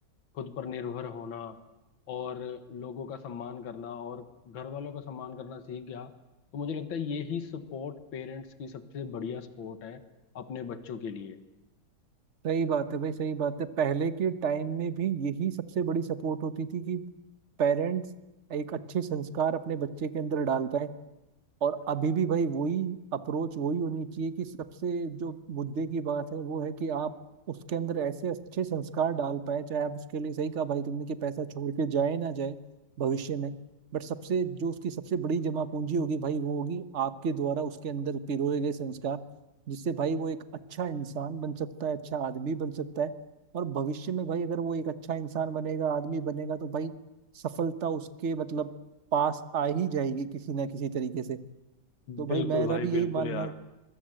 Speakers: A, on the left; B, on the right.
A: खुद पर निर्भर होना और लोगों का सम्मान करना और घर वालों का सम्मान करना सीख गया तो मुझे लगता है यही सपोर्ट पेरेंट्स की सबसे बढ़िया सपोर्ट है अपने बच्चों के लिए
B: सही बात है भाई सही बात है पहले के टाइम में भी यही सबसे बड़ी सपोर्ट होती थी कि पेरेंट्स एक अच्छे संस्कार अपने बच्चे के अंदर डाल पाए और अभी भी भाई वही अप्रोच वही होनी चाहिए कि सबसे जो मुद्दे की बात है वो है कि आप उसके अंदर ऐसे अच्छे संस्कार डाल पाए चाहे आप उसके लिए सही कहा भाई तुमने कि पैसा छोड़ के जाए ना जाए भविष्य में बट सबसे जो उसकी सबसे बड़ी जमा पूंजी होगी भाई वो होगी आपके द्वारा उसके अंदर पिरोए गए संस्कार जिससे भाई वो एक अच्छा इंसान बन सकता है अच्छा आदमी बन सकता है और भविष्य में भाई अगर वो एक अच्छा इंसान बनेगा आदमी बनेगा तो भाई सफलता उसके मतलब पास आ ही जाएगी किसी ना किसी तरीके से तो भाई
A: बिल्कुल
B: मेरा
A: भाई
B: भी
A: बिल्कुल
B: यही मानना
A: यार
B: है